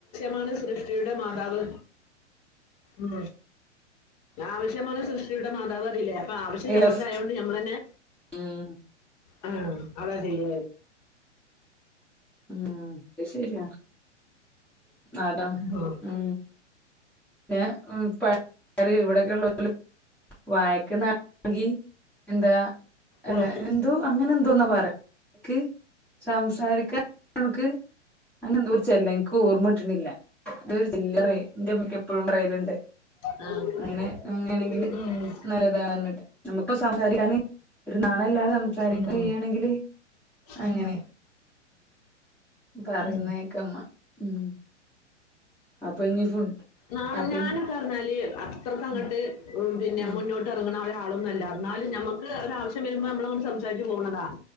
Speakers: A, on the left; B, in the centre.
A: മാണ് സൃഷ്ടിയുടെ മാതാവ് ഉ ആവശ്യമാണ് സൃഷ്ടിയുടെ മാതാവ് അറിയില്ലേ അപ്പൊ ആവശ്യം
B: യെസ്
A: ഞമ്മൾ അതണ്ട് നഞമ്മൾ തന്നെ
B: ഉം
A: ആ അത ചെയ്യ
B: ഉം ശരിയാ അതാ
A: ഉം,
B: ഉ പിന്ന പ ഇവിടെൊക്കെ ഉള്ള വായക്ക് നാണെങ്കി എന്താ അല്ല
A: ഉം.
B: എന്തോ അങ്ങനെ എന്തോന്നാ പറയാക്ക് സംസാരിക്കാൻ നമക്ക് അങ്ങെ തർച്ചായില്ല എനക്ക് ഓർമട്ടില്ല അത ഒരു ചില്ലറ എന്റെ അമ്മയ്ക്ക് എപ്പോഴും യലുണ്ട്
A: ആ, ഉം,
B: അങ്ങനെ അങ്ങാണെങ്കിൽ
A: ഉം
B: ിട്ട് ന സംസാ ഒരു നാളല്ലും സംസാരിക്ക
A: ഉം,
B: െങ്ക അങ്ങനെ
A: ഉം,
B: പറയുന്നതൊക്കെമ്മ
A: ഉം.
B: ഉ അപ്പൊ ഇനി ഫുഡ്
A: നാ
B: അപ്പൊ
A: ഞാനൊക്കെ
B: ഇനി
A: പറഞ്ഞാല് അത്രക്ക് അങ്ങോട്ട്
B: ഉം
A: പിന്നെ
B: ഉം
A: മുന്നോട്ട് ഇറങ്ങണ ഒരാളൊന്നുമല്ല എന്നാലും നമമ്മക്ക് ഒ ആവശ്യം വരുമ്പോൾ നമ്മള അങ്ങണ്ട് സംസാരിു പോകണതാ